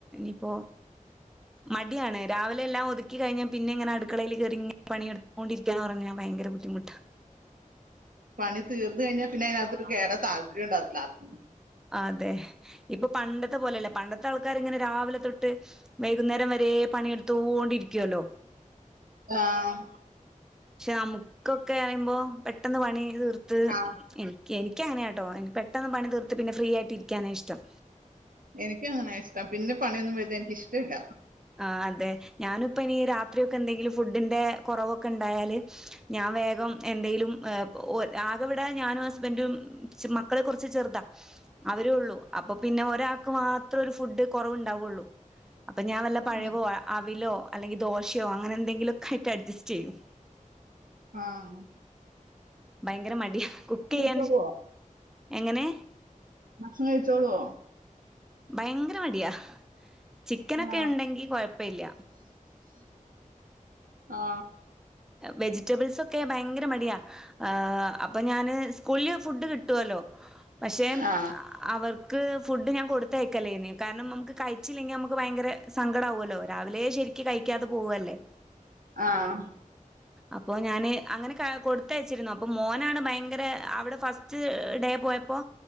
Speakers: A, in the centre; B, on the right.
A: ഇപ്പോ മടിയാണ് രാവിലെ എല്ലാം ഒതുക്കി കഴിഞ്ഞ പിന്നെ എങ്ങനെ അടുക്കളയിൽ കയറിങ്ങ പണിയെടുുകോണ്ടിരിക്കാൻ ഉറങ്ങാ ഭയങ്കര ബദ്ധിമുട്ട്
B: പണി തീർന്ന കഴിഞ്ഞാൽ പിന്നെ അതിനകത്ത് കേയറ താല്പര്യം ഉണ്ടാകത്തില്ലാർക്കും
A: അതെ ഇപ്പൊ പണ്ടത്തെ പോലെല്ലേ പണ്ടത്തെ ആൾക്കാർ ഇങ്ങനെ രാവിലെ തൊട്ട് വൈകുന്നേരം വരെ പണിയെടുത്തോണ്ടിരിക്കുവല്ലോ.
B: ആഹ്
A: പക്ഷെ നമുക്കൊക്കെ പറയുമ്പോ പെട്ടെന്ന് പണി തീ ർത്ത്
B: ആ
A: എ എനിക്കങ്ങനൊട്ടോ എനി പെട്ടെന്ന് പണി തീർത്ത് പിന്നെ ഫ്രീ ആയിട്ട് ഇരിക്കാന ഇഷ്ടം.
B: എനക്ക് അങ്ങനെയെ ഇഷ്ടം. പിന്നെ പണിയൊന്നും വരുന്നേ എനിക്ക് ഇഷ്ടമില്ല.
A: ആ അതെ ഞാനിപ്പ ഇനി രാത്രിയ ഒക്കെ എന്തെങ്കിലും ഫുഡിന്റെ കുറവൊക്കെ ഉണ്ടായാല് ഞാൻ വേഗം എന്തെങ്കിലും ആകെവിടാ ഞാനും ഹസ്ബൻറും മക്കള കുറച്ച് ചെറുതാ അവര ഉള്ളൂ. അപ്പൊ പിന്നെ ഒരാൾക്ക് മാത്രം ഒരു ഫുഡ് കുറവ ഉണ്ടാവുള്ളൂ അപ്പൊ ഞാൻ പഴവോ,
B: ഉം
A: അവിലോ, അല്ലെങ്കിൽ ദോശയോ അങ്ങനെ എന്തെങ്കിലുമൊക്കായിട്ട് അഡ്ജസ്റ്റ് ചെയ്യും.
B: ആഹ്
A: ഭയങ്കര മടിയ കുക്ക് ചെയ്യാൻ.
B: കഴിച്ചോളുവോ
A: എങ്ങനെ?
B: ഭക്ഷണം കഴിച്ചോളുവോ
A: ഭയങ്കര മടിയാ. ചിക്കനൊക്കെ
B: ആ
A: ഉണ്ടെങ്കി കൊഴപ്പില്ല.
B: ആ
A: വെജിറ്റബിൾസൊക്കെ ഭയങ്കര മടിയാ. അപ്പൊ ഞാന് സ്കൂളിൽ ഫുഡ് കിട്ടുമല്ലോ പക്ഷെ
B: ആ
A: അവർക്ക് ഫുഡ് ഞാൻ കൊടുത്തയ ക്കലേന് കാരണം നമുക്ക് കഴിച്ചില്ലെങ്കിൽ നമുക്ക് ഭയങ്കരങ്കട ആവുവല്ലോ രാവിലെ അല്ല ശെരിക്ക് കഴിക്കാതെ പോവല്ലേ
B: ആഹ്
A: അപ്പൊ ഞാന് അങ്ങനെ കൊടുത്തയച്ചിരുന്നു അപ്പൊ മോനാണ് ഭയങ്കര അവിടെ ഫസ്റ്റ് <unintelligible> ഡേ പോയപ്പോ